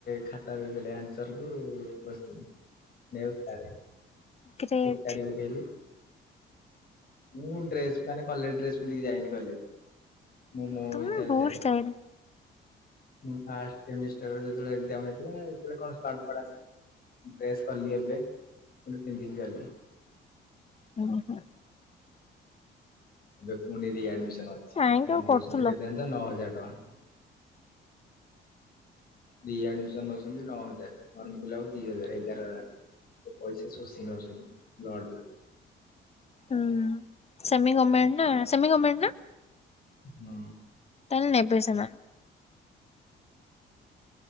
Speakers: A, on the left; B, on the left.
A: ଖାତା ଦେଇଦେଲେ ଆନ୍ସର କୁ କ୍ଯୁଶ୍ଚିନ। ନାଇ ଉତାରେ
B: ଗ୍ରେଟ୍
A: ଉତାରି ପକେଇଲୁ। ମୁଁ ଡ୍ରେସ ମାନେ କଲେଜ ଡ୍ରେସ ପିନ୍ଧିକି ଯାଇନି କଲେଜ। ମୋ ମୋ
B: ତମେ
A: ଇଚ୍ଛା ରେ
B: ବହୁତ
A: ଯାଏ।
B: ଷ୍ଟାଇଲ।
A: ଯେତେବେଳେ ହେଇଥିଲା, ସେ ଡ୍ରେସ୍ କଲି ଏବେ, ପୁଣି ପିନ୍ଧିକି ଗଲି ।
B: ହୁଁ ହୁଁ ।
A: ଏବେ ପୁଣି ରିଆଡମିସନ ଅଛି,
B: କାହିଁକି ଆଉ
A: ନଶହ
B: କରୁଥିଲ
A: କେତେତା ନଅ ହଜାର <unintelligible> ରି ଆଡମିଶନ ନଉଛନ୍ତି ନଅ ହଜାର, ଫର୍ମଫିଲପ ଦି ହଜାର, ଏଗାର ହଜାର ପଇସା ସବୁ ସିଏ ନେଉଛନ୍ତି ବ୍ଲଡ଼ ରେ।
B: ହୁଁ ସେମୀ ଗର୍ମେଣ୍ଟ ନା ସେମୀ ଗର୍ମେଣ୍ଟ ନା?
A: ହଁ।
B: ତାହେଲେ ନେବେ ସେମାନେ।